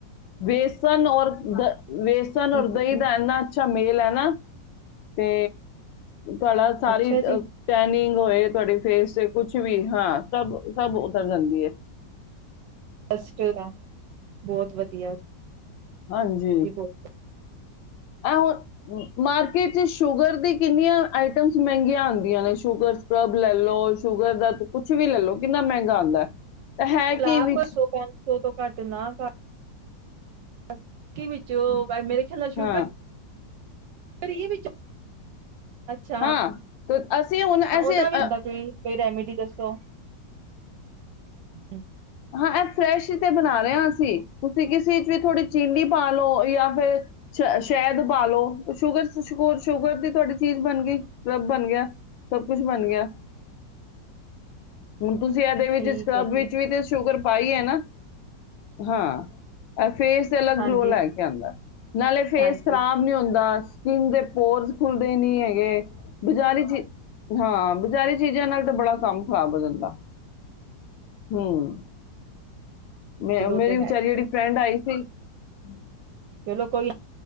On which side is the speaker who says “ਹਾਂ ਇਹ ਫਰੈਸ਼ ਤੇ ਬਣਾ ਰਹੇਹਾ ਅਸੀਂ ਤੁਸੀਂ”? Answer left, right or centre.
Left